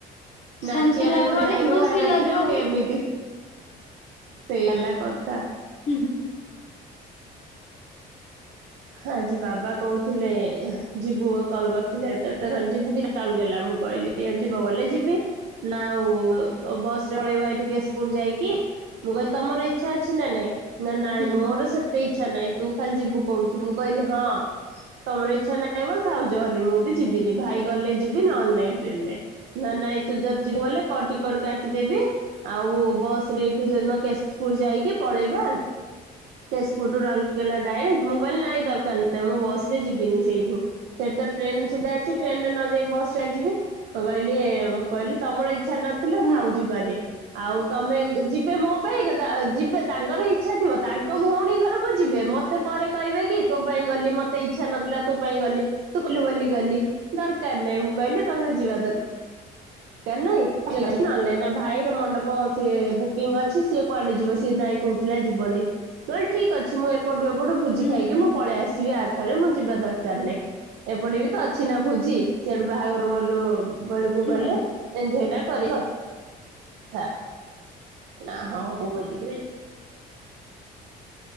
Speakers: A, on the left (about 45°); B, on the right (about 80°).
A: ଶାନ୍ତି
B: ନାଚିବା
A: ଲାଗିବନି
B: ପାଇଁ ଗୋଟେ ଯାଇଥିବ
A: ଖୁସି
B: ରାତିରେ
A: ଲାଗିବନି
B: ଏମିତି ସେଇଆ ହେଲା କଥା।
A: ହୁଁ ହୁଁ।
B: ଆଜି ବାବା କୋହୁଥିଲେ ଯିବୁ କଲ କରିଥିଲେ ହେତେବେଳେ କହିଲେ ଯିବୁ କି ରାଉଲକେଲା ମୁଁ କହିଲି ଏ ଯିବ ବୋଇଲେ ଯିବି। ନାଁ ଆଉ ବସ୍ ରେ ପଳେଇବା ଏଇଠୁ କେଶପୁର ଯାଇକି। ମୁଁ କହିଲି ତମର ଇଚ୍ଛା ଅଛି ନା ନାଇଁ? ନା ନାଇଁ
A: ହୁଁ
B: ମୋର ସେତେ ଇଚ୍ଛା ନାଇଁ ତୁ ଖାଲି ଯିବୁ କୋହୁଚୁ। ମୁଁ କହିଲି ହଁ। ତମର ଇଚ୍ଛା ନାହିଁ ବୋଲି ଥାଉ ଯ‌ଅନି ମୁଁ ବି ଯିବିନି ଭାଇ ଗଲେ ଯିବି ନହେଲେ ନାଇଁ ଟ୍ରେନରେ ନା ନାଇଁ ତୁ ଯଦି ଯିବୁ ବୋଲେ କ ଟିକଟ କା ଟି ଦେବି ଆଉ ବସ୍ ରେ ଏଇଠୁ ସେଦିନ କେଶପୁର ଯାଇକି ପଳେଇବା। କେଶପୁର ରୁ ରାଉରକେଲା ଡାଇରେକ୍ଟ। ମୁଁ କହିଲି ନାଇଁ ଦରକାର ନାହିଁ ମୁଁ ବସ୍ ରେ ଯିବିନି। ସେଇଠୁ ସେଠିତ ଟ୍ରେନ ସୁବିଧା ଅଛି ଟ୍ରେନରେ ନଯାଇ ବସ୍ ରେ କାଇଁ ଯିବି। କହିଲେ ମୁଁ କହିଲି ତମର ଇଚ୍ଛା ନଥିଲେ
A: ହୁଁ
B: ଥାଉ ଯିବାନି। ଆଉ ତମେ ଯିବେ ମୋ ପାଇଁ ଯିବେ ତାଙ୍କର ଇଚ୍ଛା ଥିବ ତା ଙ୍କ ଭୋଉଣୀ ଘରକୁ ଯିବେ ମତେ ପରେ କହିବେ କି ତୋ ପାଇଁ ଗଲି ମତେ ଇଚ୍ଛା ନଥିଲା ତୋ ପାଇଁ ଗଲି ତୁ କହିଲୁ ବୋଲି ଗଲି ଦରକାର ନାଇ। ମୁଁ କହିଲି ତମେ ଯିବା ଦର କାର ନାଇଁ ଯଦି ଯିବି ନହେଲେ ନାଇଁ। ନା ଭାଇର ମଣ୍ଡପ ସିଏ ବୁକିଂ ଅଛି। ସିଏ କୁଆଡେ ଯିବ ସିଏ ନା କୋହୁଥିଲା ଜିବନି। ନହେଲେ ଠିକ୍ ଅଛି ମୁଁ ଏପଟୁ ଏପଟୁ ଭୋଜି
A: ହୁଁ
B: ଖାଇକି
A: ହୁଁ ହୁଁ
B: ମୁଁ ପଳେଇ ଆସିବି ଆ ଜଠାରୁ ମୁଁ ଯିବା ଦରକାର ନାଇଁ ଏପଟେ ବି ତ ଅଛି ନା ଭୋଜି। ସିଆଡୁ ବାହାଘର ଗଲୁ ସେତେବେଳକୁ
A: ହୁଁ
B: ଗଲେ ଏଞଜୟ ଟା କରିହୁଅ ନ୍ତା ନା ହୋଉ ହୋଉ ବୋଲିକି